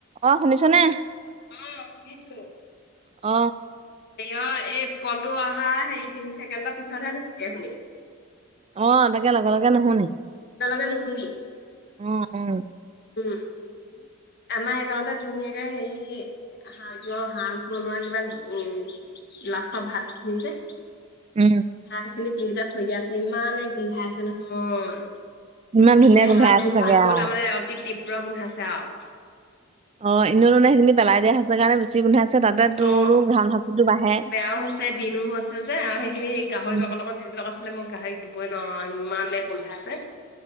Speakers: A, on the right (about 30°); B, on the left (about 50°).
A: অ শুনিছনে
B: অ শুনিছো
A: অ
B: হয় এই কলটো অহা হেৰি তিনি ছেকেণ্ডৰ পিছতহে থাকে শুনি
A: অ তাকে লগে লগে নুশুনি
B: একেলগে নুশুনি
A: অ অ
B: উম আমাৰ একে লগতে হেৰি ধুনীয়াকে হেৰি সাজৰ সাজ বনোৱা কিবা উম লাষ্টৰ ভাতখিনি যে
A: উম
B: ভাত এখিনি টিং এটাত থৈ দিয়া আছে ইমানেই গোন্ধাই আছে নহয়
A: ইমান ধুনীয়া
B: এনেই
A: গোন্ধাই
B: সাজ
A: আছে
B: গোন্ধোৱাত
A: চাগে
B: কৈ
A: আও।
B: তাৰমানে অতি তীব্ৰ গোন্ধাইছে আও
A: <inaudible> সেইখিনি পেলাই দিয়া হৈছে কাৰণে বেছি গোন্ধাইছে তাতে তোৰো
B: অ
A: ঘ্ৰাণ শক্তিটো বাঢ়ে।
B: বেয়াও হৈছে দিনো হৈছে যে আৰু সেইখিনি সেই গাহৰিক
A: উম
B: অকণ অকণ দিব কৈছিলে মই গাহৰিক দিবই নোৱাৰ আও ইমানেই গোন্ধাইচে